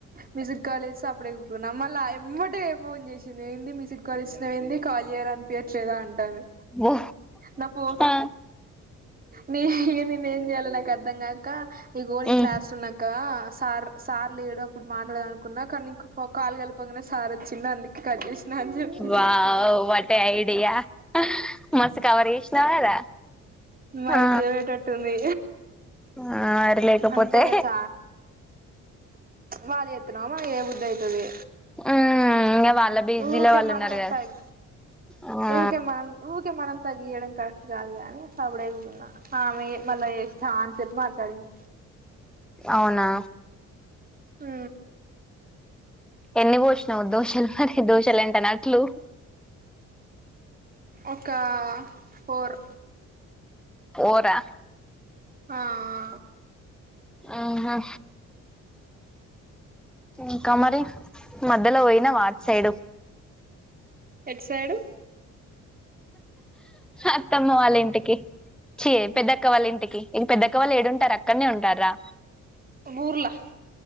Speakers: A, on the right (about 30°); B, in the centre.
A: మ్యూజక్. కాలేజ్ అప్పుడ ఎక్కున్నాం మళ్ళీ ఎమ్మటె ఫోన్ చేసింది ఏంది మీ సిట్ కాలేజ్ లో ఏంది కాలియర్ అని పేరు. లేదా అంటుంది
B: ఓ
A: నా ఫోన్.
B: ఆ
A: న ఇక నేను ఏం చేయాలి నాక అర్ధ కాక ఇగోని
B: మ్మ్
A: క్లాస్ లోన్నాక సార్. సార్ లేడు అప్పుడు మాట్లాడ అనుకున్నా కానీ. కాలు కలిపనే సార్ వచ్చింది అందుక కట్ చేసిన అని చెప్పిన.
B: వావ్ వాట్ ఏ ఐడియా మస్తు కవర్ చేసినావు కదా.
A: మైద్యలో
B: ఆ
A: వేటట్టుంది
B: ఆ మరి లేకపోతే
A: అంతే కద చ. వాళ్ళు ఎతున్నా మా ఏ బుద్ధ అవుతది.
B: మ్మ్ ఇంగ వాళ్ళ బిజీలో
A: ఉకే
B: వాళ్ళు
A: మనం
B: ఉన్నారు
A: ఎట్టాయి
B: కదా ఆ
A: ఊకే మనం. ఊకే మనం తగగియడం కరెక్ట్ కాదుగానీ అస అవిడేవిన్నా. ఆమె మళ్ళా చేస్తాఅని చెప్పి మాట్లాడింది.
B: అవునా.
A: హ.
B: ఎన్ని పోసినవ్ దోషలు మరి దోషలు ఎంట నట్లు.
A: ఒక ఫోర్.
B: ఓరా.
A: ఆ.
B: ఆహా. ఇంకా మరి మధలో పోయినావా అటు సైడు.
A: ఎట్ సైడు.
B: అత్తమ్మ వాళ్ళ ఇంటికి. చెయ పెద్దక్క వాళ్ళు ఇంటికి ఇక పెద్దక్క వాళ్ళు ఏడుంటారు అక్కడనే ఉంటారా.
A: ఊర్లా.